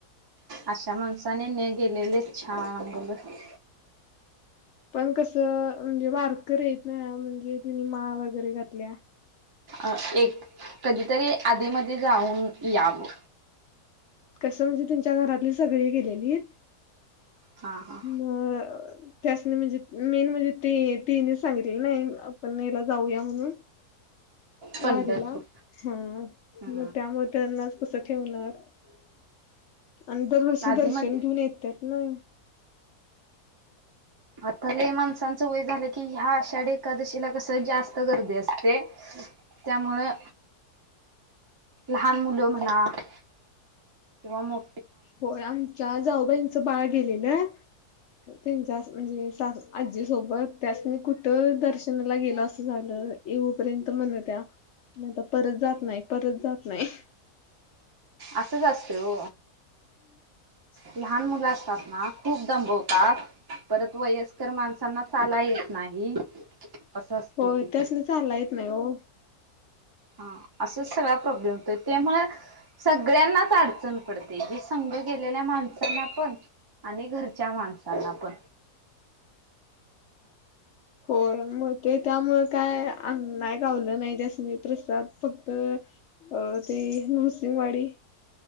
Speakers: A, on the right (about 25°); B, on the left (about 70°).
A: अशा माणसाने न गेलेलेच छान ग बाई
B: पण कस म्हणजे वारकरी आहे ना म्हणजे त्यांनी माळ वगैरे घातल्या
A: अह एक कधीतरी आधी मधी जाऊन यावं
B: कसं म्हणजे त्यांच्या घरातली सगळी गेलेलीत
A: हा हा
B: म त्यासनी म्हणजे मेन म्हणजे ते त्यांनीच सांगितले नाही आपण याला जाऊया म्हणून वारीला
A: पंढरपूर
B: हा मग
A: हम्म
B: त्यामुळे त्यांनाच कस ठेवणार आणि दरवर्षी
A: आधी
B: दर्शन
A: मधी
B: घेऊन येतात ना
A: आता लय माणसांचं वय झालं की ह्या आषाढी एकादशीला कस जास्त गर्दी असते त्यामुळं लहान मुलं म्हणा किंवा मो
B: होय आमच्या जाऊबाईंचं बाळ गेलेलं त्यांच्या म्हणजे सा आजी सोबत त्यासनी कुठं दर्शनाला गेल असं झालं येऊपर्यंत म्हणत होत्या आता परत जात नाही परत जात नाही
A: असंच असत ओ
B: हं
A: लहान मुलं असतात ना खूप दमवतात परत वयस्कर माणसांना चालाया येत नाही असं असतं
B: होय
A: ते
B: त्यासनी चाला येत नाही हो
A: हा असं सगळा प्रॉब्लेम होत त्यामु सगळ्यांनाच अडचण पडते जी संघ गेलेल्या माणसांना पण आणि घरच्या माणसाला पण
B: होय मग ते त्यामु काय अ नाहीय गावलं नाही त्यासनी प्रसाद फक्त अ ते नृसिंंगवाडी.